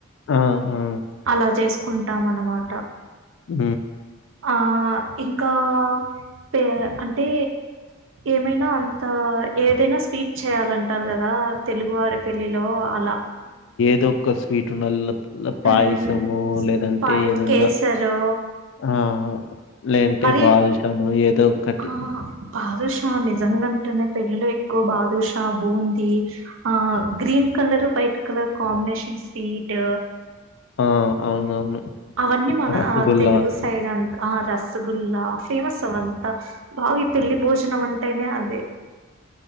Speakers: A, on the left; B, on the right.
A: ఆ ఆ
B: అలా చేస్ కుంటాం అనమాట
A: ఉ
B: ఆ ఇంకా పే అంటే ఏమైనా అంత ఏదైన స్వీట్ చేయాలంటారు కదా తెలుగు వారి పెళ్ళిలో అలా
A: ఇదొక స్వీట్ ఉండల్ల పాయసము
B: మ్మ్
A: లేదంటే
B: పాయ
A: ఏదన్నా
B: కేసరు
A: ఆ లేదంటే
B: మరి
A: బాదుషానో ఏదో ఒకటి
B: ఆ బాదుష నిజంగా టున్న పెళ్ళిలో ఎక్కువ బాదుషా బూంది ఆ green colour white colour combination sweet
A: ఆ అవునవును
B: అవన్నీ మన
A: రసగుల్లా
B: ఆ తెలుగు సైడ్ అంత ఆ రస రసగుల్ల ఫేమస్ అవంతా బాగి పెళ్లి భోజనం అంటేనే అది